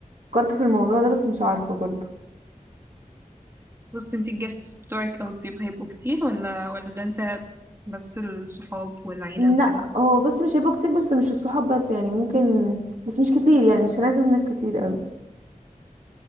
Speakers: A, on the right (about 65°); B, on the right (about 20°).
A: فكرت في الموضوع ده بس مش عارفة برضو
B: بصي انتي الجاستس بتوعك أو الضيوف هيبقوا كتير ولا ولا انت بس الصحاب والعيلة
A: لا
B: وكده
A: هو بص مش هيبقوا كتير بس مش الصحاب بس يعني ممكن بس مش كتير يعني مش لازم ناس كتير قوي